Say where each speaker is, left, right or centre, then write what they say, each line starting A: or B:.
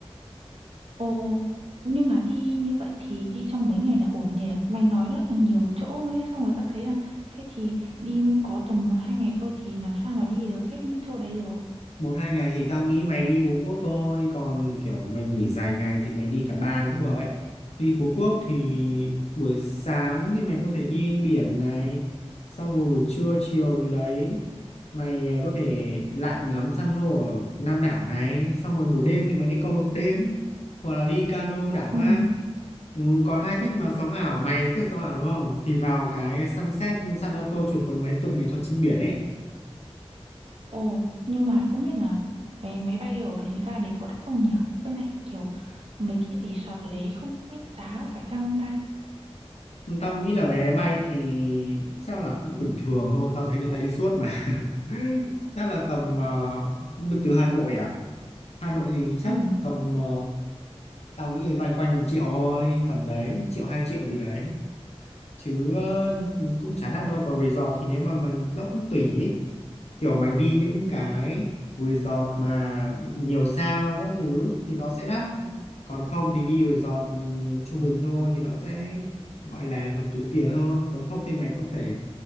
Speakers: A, on the right; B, on the left.
A: Ồ, nhưng mà đi như vậy thì đi trong mấy ngày là ổn nhỉ? Mày nói rất là nhiều chỗ nữa ấy, xong người ta thấy là thế thì đi có tầm một hai ngày thôi thì làm sao mà đi được hết những chỗ đấy được.
B: một hai ngày thì tao nghĩ mày đi Phú Quốc thôi còn kiểu mày nghỉ dài ngày thì mày đi cả ba cũng được ấy đi Phú Quốc thì buổi sáng thì mày có thể đi biển này xong rồi buổi trưa chiều gì đấy mày à, có thể lặn ngắm san hô ở Nam đảo này xong rồi buổi đêm thì mày đi câu mực đêm hoặc là đi cano đảo hoang
A: Ừ.
B: ừ, còn ai thích mà sống ảo mày thì thích sống ảo đúng không thì vào cái sunset San Antonio chụp với mấy tượng nghệ thuật trên biển ấy
A: Ồ, nhưng mà không biết là vé máy bay ở đấy ra đấy có đắt không nhỉ? Với lại kiểu mấy cái resort ở đấy không biết giá có phải chăng không ta?
B: Tao nghĩ là vé máy bay thì chắc là cũng bình thường thôi, tao thấy người ta đi suốt mà. <laughs> Chắc là tầm ờ, từ Hà Nội à? Hà Nội thì chắc
A: Ừ.
B: tầm ờ, tao nghĩ loanh quanh một triệu thôi, tầm đấy, triệu hai triệu gì đấy. Chứ ờ, cũng chả đắt đâu, còn resort thì nếu mà, mà nó cũng tùy ý kiểu mày đi những cái resort mà nhiều sao các thứ thì nó sẽ đắt còn không thì đi resort ừm, trung bình thôi thì nó sẽ gọi là hợp túi tiền hơn còn không thì mày có thể